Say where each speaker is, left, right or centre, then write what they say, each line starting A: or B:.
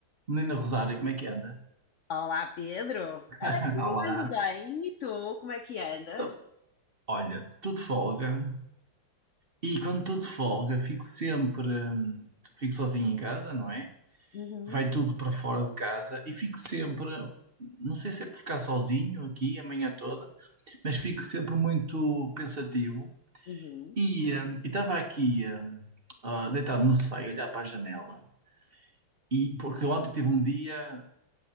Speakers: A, on the right; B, on the left.
A: Menina Rosário, como é que anda?
B: Olá, Pedro. É,
A: <laughs>
B: eu
A: Olá.
B: ando bem. E tu, como é que andas?
A: Então, Olha, tudo de folga. E quando tudo de folga, fico sempre, hum, fico sozinho em casa, não é?
B: Uhum,
A: Vai tudo para fora de casa e fico sempre, não sei se é por ficar sozinho aqui a manhã toda, mas fico sempre muito pensativo.
B: uhum.
A: E hum, e estava aqui, hum, ah, deitado no sofá, a olhar para a janela. E porque ontem tive um dia,